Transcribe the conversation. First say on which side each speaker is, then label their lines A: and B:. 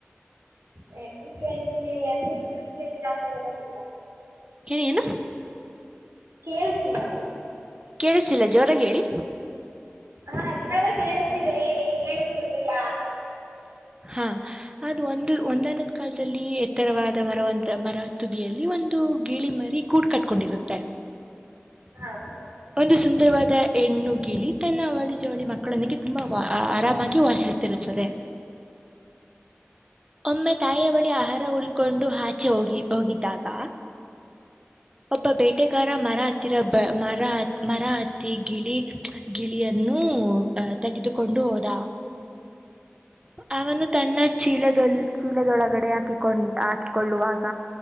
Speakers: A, on the right; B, on the right.
A: ಹ ಇಲ್ಲಿ ನಿಮ್ಗೆ ಎಲ್ಲಿ ಇದೆ ಆ ಕಡೆ ಬರ್ತದೆ
B: ಹೇಳನು ಏನು
A: ಕೇಳಕಲ್ಲ
B: ಕೇಳತಿಲ್ಲ ಜೋರಾಗ ಹೇಳಿ
A: ಹಾ ಇವಾಗ ಕೇಳಿಸ್ತಿದೆ ಹೇಳಿ ಕೇಳಿಸತಿರ್ಲಿಲ್ಲ
B: ಹ ಅದು ಒಂದು ಒಂದನ್ನೊಂದು್ ಕಾಲದಲ್ಲಿ ಎತ್ತರವಾದ ಮರ ಒ ಮರ ತುದಿಯಲ್ಲಿ ಒಂದು ಗಿಳಿ ಮರಿ ಗೂಡ್ ಕಟ್ಕೊಂಡಿರುತ್ತೆ
A: ಹಾ
B: ಒಂದು ಸುಂದರವಾದ ಹೆಣ್ಣು ಗಿಳಿ ತನ್ನ ಅವಳಿ ಜವಳಿ ಮಕ್ಕಳೊಂದಿಗೆ ತುಂಬಾ ಆರಾಮಾಗಿ ವಾಸಿಸುತ್ತಿರುತ್ತದೆ ಒಮ್ಮೆ ತಾಯ ಬಳಿ ಆಹಾರ ಉಳ್ಕೊಂಡು ಹಾಚೆ ಹೋಗಿ ಹೋಗಿದ್ದಾಗ ಒಬ್ಬ ಬೇಟೆಗಾರ ಮರ ತ್ತರಬ ಮರಾತ್ ಮರಾತ್ ತ್ತ ಗಿಳಿ ಗಿಳಿಯನ್ನು ಹ ತೆಗೆು ಕೊಂಡು ಹೋದ ಅವನು ತನ್ನ ಚೀಲದೊ ಚೀಲದೊಳಗಡೆ ಹಾಕಿತ್ತು ಕೊಂಡ್ ಹಾಕಿಕೊಳ್ಳುವಾಗ